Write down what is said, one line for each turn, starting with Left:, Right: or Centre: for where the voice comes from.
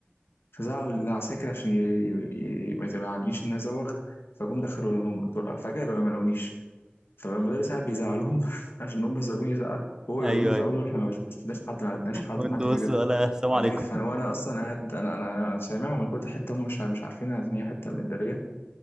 Left: فزعل العساكر عشان ي... ي... ي... ما يتبعنيش ان انا ازوغ فجم دخلوا لهم الطرقة فجأة ما لقونيش فالمدرس قاعد بيزعلهم <laughs> عشان هم سابوني زعل هو
Right: ايوه
Left: يقول لهم يزعلوا
Right: ايوه
Left: له احنا ما شفناش حد ما عرفناش حد
Right: وانتوا
Left: ما حدش جه
Right: بصوا ولا السلام
Left: وقاعدين
Right: عليكم
Left: يتخانقوا وانا اصلا قاعد انا انا انا سامعهم الكل ده حته هم مش مش عارفينها ان هي حته متداريه